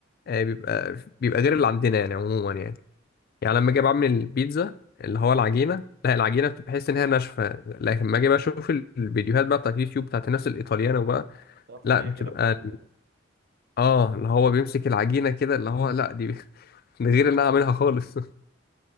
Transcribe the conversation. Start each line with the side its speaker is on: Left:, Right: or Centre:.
Left: آه، بيبقى بيبقى غير اللي عندنا يعني عموما يعني يعني لما اجي بعمل البيتزا اللي هو العجينه لا العجينه بتبقى بحس ان هي ناشفه لكن لما اجي بقى اشوف الفيديوهات بقى بتاعت اليوتيوب بتاعت الناس الايطاليانو بقى
Right: ده طريه
Left: لا بتبقى
Right: كده فلافي كده
Left: اه اللي هو بيمسك العجينه كده اللي هو لا دي <laughs> دي غير اللي انا عاملها خالص